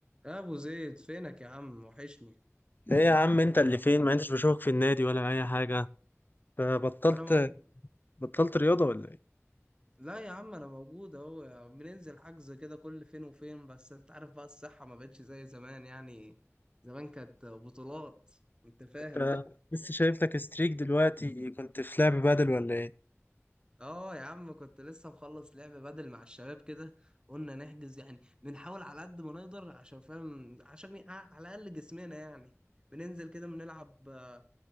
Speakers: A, on the right; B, on the left.
A: يا ابو زيد فينك يا عم وحشني
B: ايه يا عم انت اللي فين ما انتش بشوفك في النادي ولا اي حاجه بطلت
A: انا موجود
B: بطلت رياضه ولا ايه
A: لا يا عم انا موجود اهو يا عم. بننزل حجز كده كل فين وفين بس انت عارف بقى الصحة ما بقتش زي زمان يعني زمان كانت بطولات انت فاهم
B: انت
A: بقى
B: لسه شايف لك ستريك دلوقتي كنت في لعب بدل ولا ايه
A: اه يا عم كنت لسه مخلص لعب بدل مع الشباب كده قلنا نحجز يعني بنحاول على قد ما نقدر عشان فاهم عشان ي- على الاقل جسمنا يعني بننزل كده بنلعب آه،